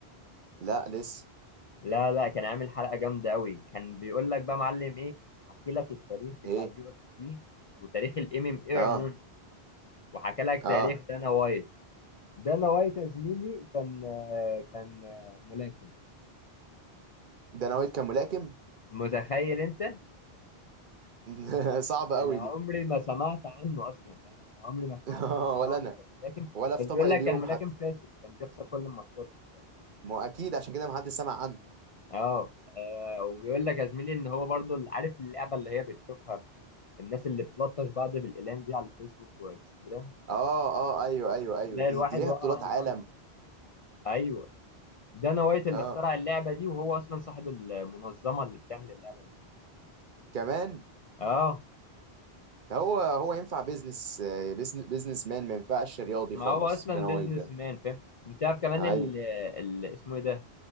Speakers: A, on the right; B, on the left.
A: لا لسه
B: لا لا كان عامل حلقه جامده قوي كان بيقول لك بقى معلم ايه حكي لك التاريخ بتاع
A: ايه
B: اليو اف سي وتاريخ الام ام اي
A: اه
B: عموما وحكى لك
A: اه
B: تاريخ دانا وايت دانا وايت يا زميلي كان آه، كان آه، ملاكم
A: ده انا وائل كان ملاكم
B: متخيل انت
A: <laughs> صعب
B: انا
A: قوي
B: عمري
A: دي
B: ما سمعت عنه اصلا يعني انا عمري ما سمعت
A: <laughs>
B: ان زنا
A: ولا
B: وايد
A: انا
B: كان ملاكم
A: ولا في
B: بس
A: طبق
B: بيقول
A: اليوم
B: لك كان ملاكم
A: حتى
B: فاشل كان بيخسر كل الماتشات وبتاع.
A: ما هو اكيد عشان كده ما حدش سمع عنه
B: اه آه، وبيقول لك يا زميلي ان هو برضو ال- عارف اللعبه اللي هي بتشوفها الناس اللي بتلطش بعض بالاقلام دي على الفيسبوك وانستجرام
A: اه اه ايوه ايوه
B: وتلاقي
A: ايوه دي
B: الواحد
A: دي ليها
B: وقع
A: بطولات
B: على
A: عالم
B: الارض ايوه دانا وايت اللي
A: اه
B: اخترع اللعبه دي وهو اصلا صاحب المنظمه اللي بتعمل اللعبه دي
A: كمان
B: اه
A: هو هو ينفع بيزنس بيزنس مان ما ينفعش رياضي
B: ما
A: خالص
B: هو اصلا
A: دانا
B: بيزنس
A: وايت ده
B: مان فاهم انت عارف كمان
A: ايوه
B: ال ال اسمه ايه ده